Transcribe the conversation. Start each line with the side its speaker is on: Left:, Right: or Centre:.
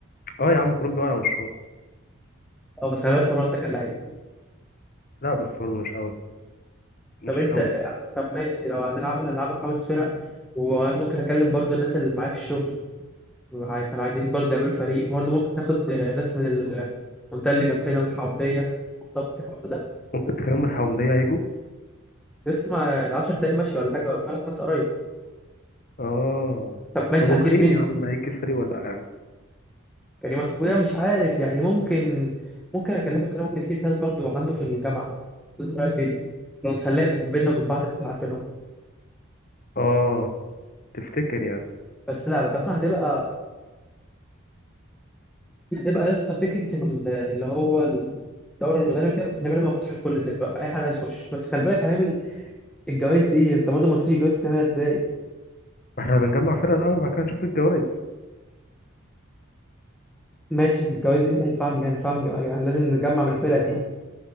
Left: اه يا عم كلهم بيقعوا على وشهم
Centre: اه بس خلي بالك مروان ده كان لعيب
Left: لا بس برضه مش أوي مش
Centre: طب انت
Left: أوي برضه
Centre: طب ماشي لو هنلعبها هنلعبها خمس فرق وممكن اكلم برضو الناس اللي معايا في الشغل معايا- كانوا عايزين برضو يعملوا فريق برضو ممكن ناخد ناس من المنطقه اللي جنبنا من الحومديه طب الحوار ده
Left: ممكن تكرم الحومدية هيجوا
Centre: لسه ما 10 دقايق ماشي ولا حاجه ولا حتى قريب
Left: اه
Centre: طب ماشي
Left: طب وكريم
Centre: هنجيب مين
Left: يا عم هيجي الفريق ولا لا يعني
Centre: كريم اخويا مش عارف يعني ممكن ممكن اكلمك انا ممكن يجيب ناس برضو عنده في الجامعه انت رايك ايه نخليها بينا وبين بعض بس عارفينهم
Left: اه تفتكر يعني
Centre: بس لا لا طالما هتبقى هتبقى يا اسطى فكره ال- اللي هو الدورة المدنية وكده ممكن نعملها مفتوحة لكل الناس بقى أي حد عايز يخش بس خلي بالك هنعمل الجواز إيه أنت برضو ما قلتليش الجواز تعملها إزاي
Left: ما احنا بنجمع فرق الاول بعد كده نشوف الجوائز
Centre: ماشي الجواز دي مين هيدفعها من جهة ندفعها من جهة يعني لازم نجمع من الفرق دي